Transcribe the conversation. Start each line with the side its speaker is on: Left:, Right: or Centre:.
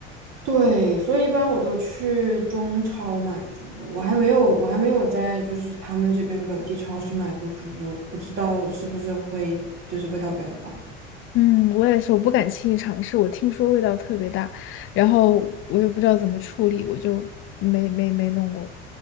Right: 对，所以一般我都去中超买猪肉，我还没有，我还没有在就是他们这边本地超市买过猪肉，不知道是不是会就是味道比较大。
Left: 嗯，我也是，我不敢轻易尝试。我听说味道特别大，然后我也不知道怎么处理，我就没没没弄过。